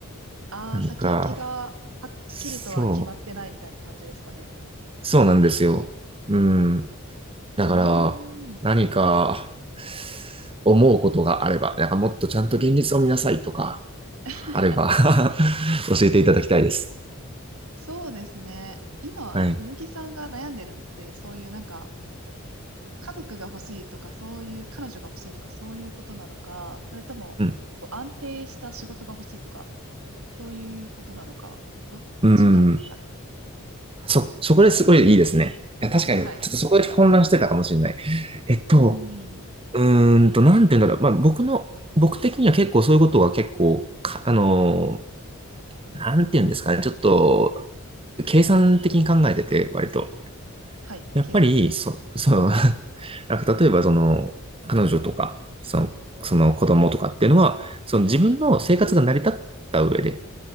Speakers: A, on the right; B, on the right.
A: あー、
B: なんか、
A: 先行きがはっきりとは決まってないみたいな感じですかね。
B: そう、そうなんですよ。うん。だから、
A: うーん。
B: 何か、思うことがあれば、なんかもっとちゃんと現実を見なさいとか、
A: <laughs>
B: あれば <laughs> 教えていただきたいです。
A: そうですね。今、
B: はい。
A: 鈴木さんが悩んでるのって、そういうなんか、家族が欲しいとか、そういう、彼女が欲しいとか、そういうことなのか、それとも、
B: うん。
A: こう、安定した仕事が欲しいとか、そういうことなのか、どっちなんですかね。
B: うん。そ、そこですごいいいですね。いや、確かに、
A: はい。
B: ちょっとそこで混乱してたかもしれない。えっと、
A: うん。
B: うーんと、なんて言うんだろう。まあ、僕の、僕的には結構そういうことは結構、かあのー、なんて言うんですかね。ちょっと、計算的に考えてて、割と。
A: はい、
B: やっぱり、
A: 計算。
B: そ、そう、<laughs> なんか例えば、その、彼女とか、その、その子供とかっていうのは、その自分の生活が成り立った上で、